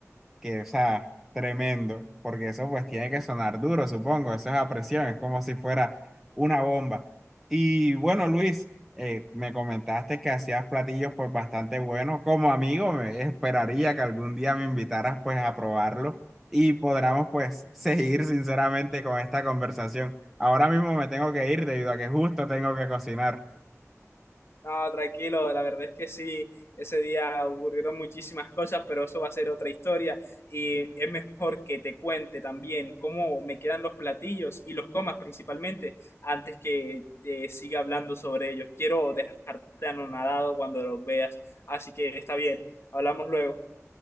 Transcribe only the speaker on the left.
No, tranquilo, la verdad es que sí, ese día ocurrieron muchísimas cosas, pero eso va a ser otra historia y es mejor que te cuente también cómo me quedan los platillos y los comas principalmente antes que te siga hablando sobre ellos. Quiero dejarte anonadado cuando los veas, así que está bien, hablamos luego.